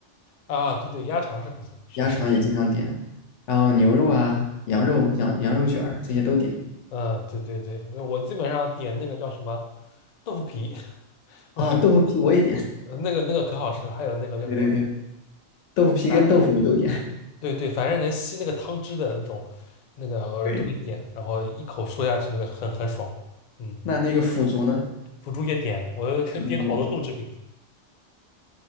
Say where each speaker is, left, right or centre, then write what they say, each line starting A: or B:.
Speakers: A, on the left (about 65°); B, on the left (about 85°).
A: 啊，对对，鸭肠是不错，是的，
B: 鸭肠也经常点，然后牛肉啊、羊肉、羊羊肉卷儿这些都点
A: 嗯，对对对，我基本上点那个叫什么豆腐皮，<laughs>
B: 啊，
A: 我
B: 豆腐皮我也点。
A: 呃那个那个可好吃了，还有那个叫什么，
B: 对对对，豆腐皮跟豆腐我都点。
A: 哎，对对，反正能吸那个汤汁的那种，那个偶尔都会点，
B: <laughs> 对，
A: 然后一口说下去，那个很很爽，嗯。
B: 那那个腐竹呢？
A: 腐竹也点，我又看点了好多豆制品。
B: 腐竹你点什么？